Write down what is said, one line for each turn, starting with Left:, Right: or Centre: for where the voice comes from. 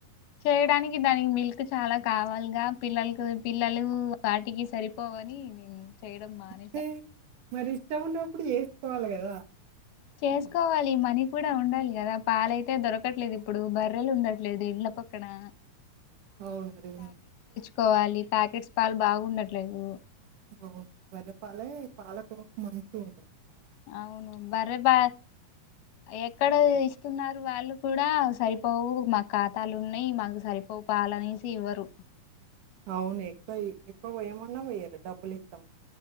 Left: చేయడానికి దానికి మిల్క్ చాలా కావాలగా పిల్లలకి పిల్లలు వాటికి సరిపోవని చేయడం మానేసా
Right: తే మరి ఇష్టం ఉన్నప్పుడు చేసుకోవాలి కదా
Left: చేసుకోవాలి మనీ కూడా ఉండాలి కదా పాలయితే దొరకట్లేదు ఇప్పుడు బర్రెలు ఉండట్లేదు ఇంళ్ల పక్క నా
Right: అవును అండి
Left: కోవాలి పాకెట్స్ పలు బాగుండట్లేవు
Right: ఓ బర్రె పాలే పాల <unintelligible>
Left: అవును బర్రె బా ఎక్కడ తీస్ వున్నారు వాళ్ళు కూడా సరిపోవు మాకు ఖాతాలు ఉన్నాయి మాకు సరిపోవు పాలనేసి ఇవ్వరు
Right: అవును ఎక్కువ ఎక్కువ పోయమన్నా పోయ్యరు డబ్బులు ఇస్తాం